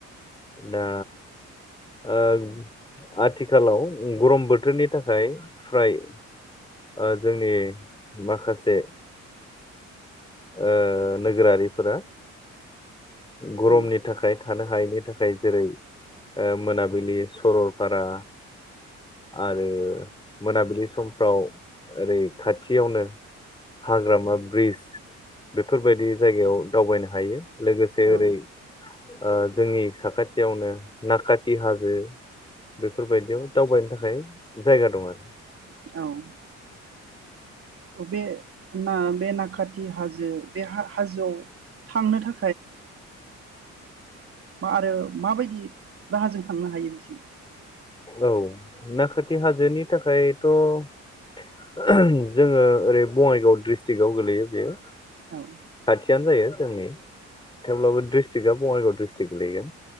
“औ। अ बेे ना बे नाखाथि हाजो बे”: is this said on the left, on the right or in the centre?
Right